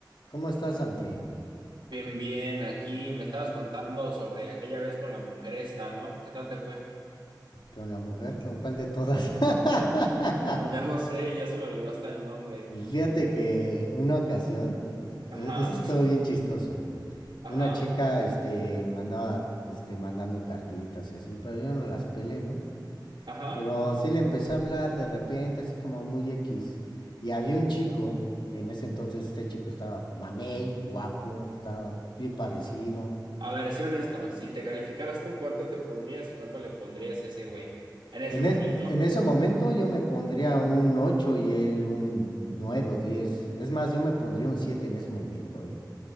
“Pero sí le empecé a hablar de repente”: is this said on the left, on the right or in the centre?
Left